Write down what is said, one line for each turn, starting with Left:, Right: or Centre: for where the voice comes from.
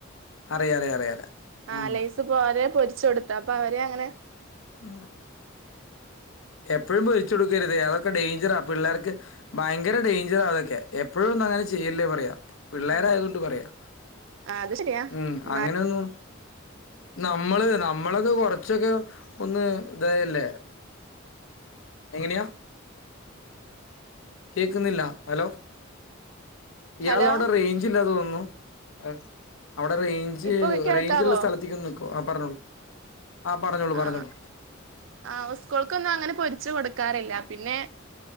Left: അറിയാ അറിയാ അറിയാ അറിയാ
Right: ആഹ്
Left: ഉം
Right: ലെയ്സ് സ് പോരെ പൊരിച്ച് കൊടുത്ത്. അപ്പൊ അവരെ അങ്ങനെ
Left: ആഹ്. എപ്പഴും പൊരിച്ചു കൊടുക്കരുതേ അതൊക്കെ ഡേഞ്ചറാ പിള്ളേർക്ക് ഭയങ്കര ഡേയ്ഞ്ചറാ അതൊക്കെ. എപ്പഴും ഒന്നും അങ്ങനെ ചെയ്യല്ലേ പറയാ. പിള്ളേരായതൊണ്ട്
Right: ആഹ്
Left: പറയാ.
Right: അത് ശരിയാ
Left: ഉം
Right: എന്നാലും
Left: അങ്ങനൊന്നും നമ്മള് നമ്മളൊക്കെ കൊറച്ചൊക്കെ ഒന്ന് ഇതായല്ലേ. എങ്ങനെയാ? കേക്കുന്നില്ല. ഹലോ, ഇയാളവിടെ
Right: ഹലോ
Left: റേഞ്ച് ഇല്ലാ തോന്നുന്നു. അഹ് അവിടെ റേയ് ഞ്ച്
Right: ഇപ്പൊ കേൾക്കാവോ
Left: റേഞ്ച്ള്ള സ്ഥലത്തീക്ക് നിക്കോ. ആഹ് പറഞ്ഞോളൂ. ആ പറഞ്ഞോളൂ പറഞ്ഞോളൂ
Right: ആഹ്. ആഹ് ഉസ്കൂൾക്കൊന്നും അങ്ങനെ പൊരിച്ചു കൊടുക്കാറില്ല. പിന്നെ,